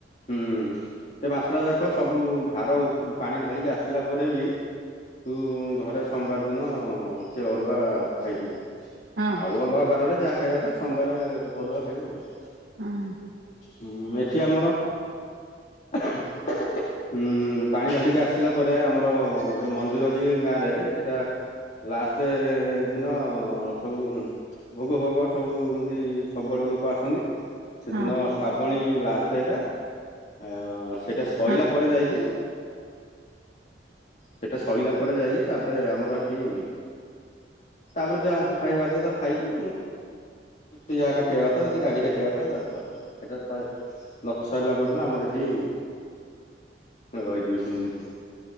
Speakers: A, on the left; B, on the right.
A: ହୁଁ ଉଁ ସେ ମାସଟା ଯାକ ସବୁ ଭାର ପାଣି ଢାଳିକି ଆସିଲା ପରେ ବି ତୁ ଘରେ ସୋମବାର ଦିନ ସେ ଅରୁଆ ଖାଇବୁ।
B: ହଁ
A: ଅଲୁଆ ବାରରେ ଯାହା ଖାଇବା ତ ସୋମବାର ଅରୁଆ ଖାଇବା ଆଉ
B: ହଁ
A: ହୁଁ, ଏଠି ଆମର ଉଁ ପାଣି ଢାଳିକି ଆସିଲା ପରେ ଆମର ଯୋଉ ମନ୍ଦିର ଅଛି ଗାଁ ରେ, ସେଇଟା ଲାଷ୍ଟ ଦିନ ସବୁ ଭୋଗ ଫୋଗ ସବୁ ଏମିତି ସବୁଆଡ଼ୁ ଲୋକ ଆସନ୍ତି ସେଦିନ
B: ହଁ
A: ଶ୍ରାବଣୀ ଲାଷ୍ଟଟା ଆଉ ସେଇଟା ସଇଲା
B: ହଁ
A: ପରେ ଯାଇକି ସେଟା ସଇଲା ପରେ ଯାଇକି, ତାପରେ ଆମର ଏଠି ତାପରେ ଯାହା ତୁ ଖାଇବା କଥା ତର ଖାଇବୁ ପିଆ କାଟିବା କଥା କି ଦାଢ଼ି କାଟିବା କଥାଥା। ସେଇଟା ଶହେ ନ ସରିଲା ପର୍ଯ୍ୟନ୍ତ ଆମର ଏଠି ରହିଦଉଛନ୍ତି